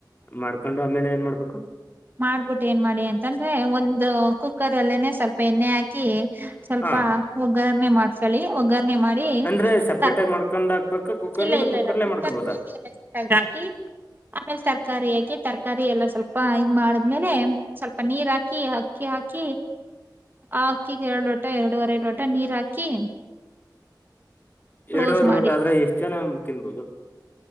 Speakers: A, on the left; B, on the right.
A: ಮಾಡ್ಕೊಂಡು ಆಮೇಲೆ ಏನ್ ಮಾಡ್ಬೇಕು.
B: ಮಾಡಬುಟ್ಟ ಏನ್ ಮಾಡಿ ಅಂತಂದ್ರೆ ಒಂದು ಕುಕ್ಕರ್ ಅಲ್ಲೇನೆ ಸ್ವಲ್ಪ ಎಣ್ಣೆ ಹಾಕಿ ಸ್ವಲ್ಪ
A: ಹಾ
B: ಒಗ್ಗರಣೆ ಮಾಡ. ಕಳಿ ಒಗ್ಗರಣೆ ಮಾಡಿ
A: ಅಂದ್ರೆ
B: <unintelligible>
A: ಸಪ್ರೇಟ್
B: ತರ್ಕೊ
A: ಆಗಿ ಮಾಡ್ಕೊಂಡ್ ಹಾಕ್ಬೇಕ ಕುಕ್ಕರ್ಗೆ
B: ಇಲ್ಲ ಇಲ್ಲ
A: ಕುಕ್ಕರ್ಲೆೇ
B: ಇಲ್ಲ ಕುಕ್ಕರ್
A: ಮಾಡ್ಕೋಬೋದಾ
B: <unintelligible> ಹಾಕಿ ಆಮೇಲೆ ತರಕಾರಿ ಹಾಕಿ ತರಕಾರಿ ಎಲ್ಲ ಸ್ವಲ್ಪ ಇದ ಮಾಡ ಬೆದ್ಮೇಲೆ ಸ್ವಲ್ಪ ನೀರ್ ಹಾಕಿ ಅಕ್ಕಿ ಹಾಕಿ. ಅಕ್ಕಿಗೆ ಎರಡು ಲೋಟ ಎರಡೂವರೆ ಲೋಟ ನೀರ್ ಹಾಕಿ ಕ್ಲೋಸ್
A: ಎರಡವರ್
B: ಮಾಡಿ
A: ಲೋಟ ಆದ್ರೆ ಎಷ್ಟು ಜನ ತಿನ್ಬೋದು.